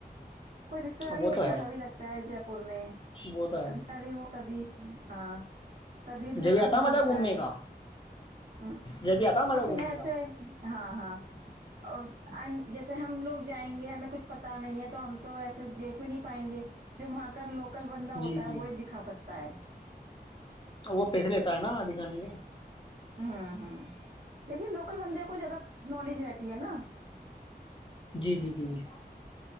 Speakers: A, on the right (about 70°); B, on the left (about 30°).
A: کوئی رشتے داری
B: وہ
A: ہوتی
B: تو
A: ہے اچھا بھی لگتا ہے جے پور میں ہو
B: وہ تو ہے
A: تبھی ہاں تبھی رنا
B: جبھی آتا مزہ
A: ہوتا
B: گھومنے
A: ہے
B: کا
A: ہ
B: جبھی آتا مزہ
A: لیکن
B: گھومنے
A: ایسے
B: کا
A: ہاں ہاں اور جیسے ہم لوگ جائیں گے ہمیں کچھ پتا نہیں ہے تو ہم تو ایسے دیکھ بھی نہیں پائیں گے جو وہاں کر لوگ کل بندہ
B: جی
A: ہوتا ہے
B: جی
A: وہی دکھا سکتا تیں
B: وہ پیسے لیتا ہے نا دکھانے کے
A: ہ ہوں لیکن لوکل بندے کو زیادہ نالج رہتی ہے نا
B: جی جی جی جی